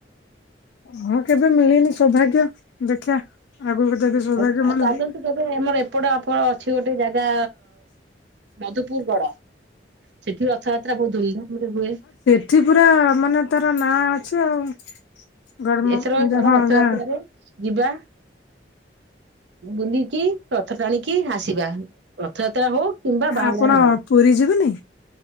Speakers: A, on the left; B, on the right.
A: ହଁ କେବେ ମିଳିନି ସୌଭାଗ୍ୟ ଦେଖିବା ଆଗକୁ ଯଦି ସୌଭାଗ୍ୟ
B: ଆଉ ଆଉ
A: ମିଳିବ।
B: ଚାଲନ୍ତୁ କେବେ ଆମର ଏପଟ ଆପଣ ଅଛି ଗୋଟେ ଜାଗା ମଧୁପୁର ଗଡ ସେଠି ରଥଯାତ୍ରା ବହୁତ ଧୁମଧାମ ରେ ହୁଏ।
A: ଏଠି ପୁରା ମାନେ ତାର ନାଁ ଅଛି ଆଉ। ଗଡମ
B: ଏଥର ଚାଲ
A: ହଁ
B: ରଥଯାତ୍ରାରେ
A: ଗାଁ
B: ଯିବା ବୁଲିକି ରଥ ଟାଣିକି ଆସିବା। ରଥଯାତ୍ରା ହଉ କିମ୍ବା ବାହୁଡାରେ
A: ଆପଣ
B: ହଉ।
A: ପୁରୀ ଯିବେନି?